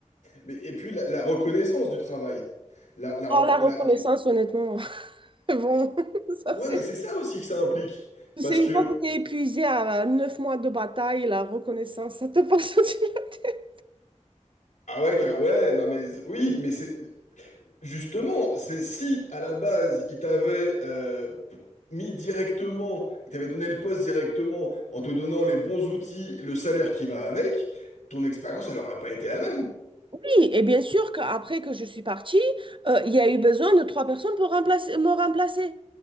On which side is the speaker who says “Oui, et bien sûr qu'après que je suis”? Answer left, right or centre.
Right